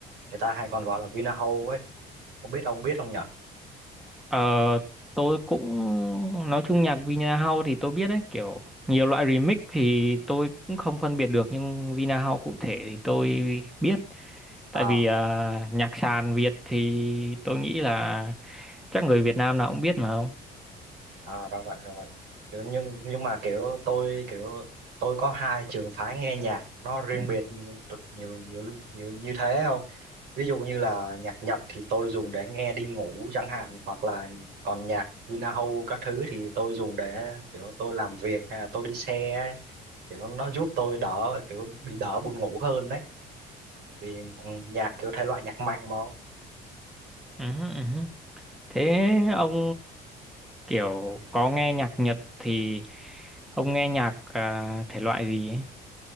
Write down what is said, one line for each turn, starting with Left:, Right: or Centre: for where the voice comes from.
Right: người ta hay còn gọi là Vinahouse ấy không biết ông biết không nhở
Centre: Ờ, tôi cũng nói chung nhạc Vina House thì tôi biết đấy kiểu nhiều loại remix thì tôi cũng không phân biệt được nhưng Vina House cụ thể thì tôi biết
Right: À,
Centre: tại vì à, nhạc sàn Việt thì tôi nghĩ là chắc người Việt Nam nào cũng biết mà không
Right: à, ra vậy rồi vậy. kiểu nhưng nhưng mà kiểu tôi kiểu tôi có hai trường phái nghe nhạc nó riêng
Centre: ừ.
Right: biệt t- nhiều nhiều nhiều như thế không ví dụ như là nhạc Nhật thì tôi dùng để nghe đi ngủ chẳng hạn hoặc là còn nhạc Vinahome các thứ thì tôi dùng để kiểu tôi làm việc hay là tôi đi xe ấy. kiểu nó, nó giúp tôi đỡ kiểu bị đỡ buồn ngủ hơn đấy vì nhạc kiểu thể loại nhạc mạnh mà
Centre: Ừ, ừ. ừ. Thế ông kiểu có nghe nhạc Nhật thì ông nghe nhạc à, thể loại gì ấy?